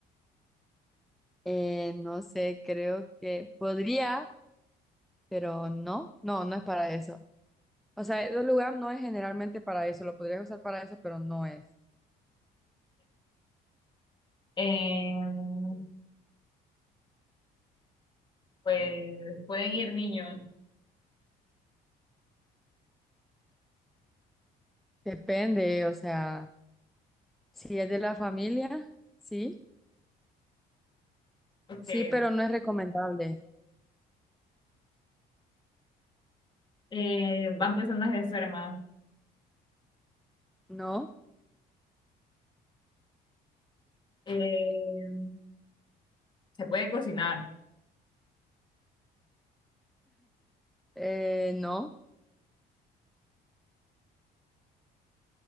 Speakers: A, in the centre; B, on the left (about 25°).
A: Eh, no sé, creo que podría, pero no, no, no es para eso. O sea, el lugar no es generalmente para eso, lo podrías usar para eso, pero no es.
B: eh pues pueden ir niños,
A: Depende, o sea, si es de la familia, sí.
B: porque
A: Sí, pero no es recomendable.
B: eh, van personas enfermas.
A: No,
B: eh se puede cocinar.
A: eh, no.